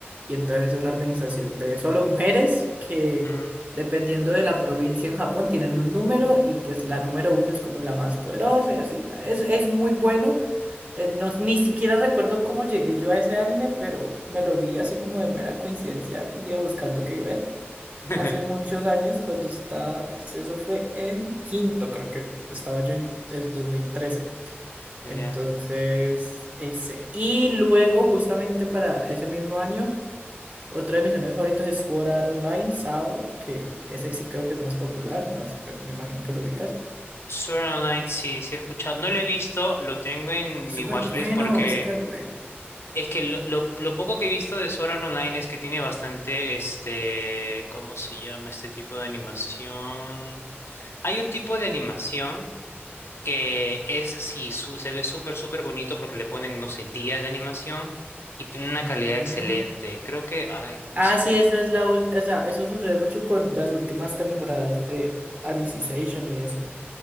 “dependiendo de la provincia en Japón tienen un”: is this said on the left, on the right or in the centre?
Right